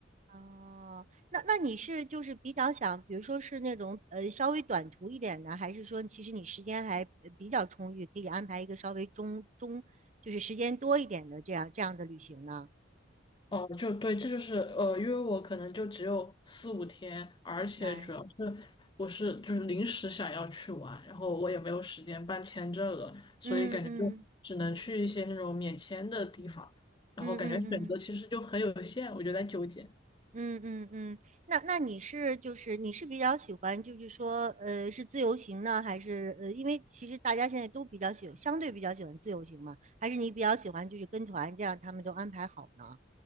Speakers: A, on the right; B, on the left.
A: 哦，那那你是就是比较想，比如说是那种呃稍微短途一点的，还是说其实你时间还呃比较充裕，可以安排一个稍微中中就是时间多一点的这样这样的旅行呢？
B: 哦，就对，这就是呃，因为我可能就只有四五天，而且主要是我是就是临时想要去玩，
A: 明白。
B: 然后我也没有时间办签证了，所以感觉就只能去一些那种免签的地方，
A: 嗯嗯
B: 然后感觉选择其实就很有限，
A: 嗯嗯嗯
B: 我就在纠结。
A: 嗯嗯嗯，那那你是就是你是比较喜欢就是说呃是自由行呢，还是呃因为其实大家现在都比较喜相对比较喜欢自由行嘛，还是你比较喜欢就是跟团这样他们都安排好呢？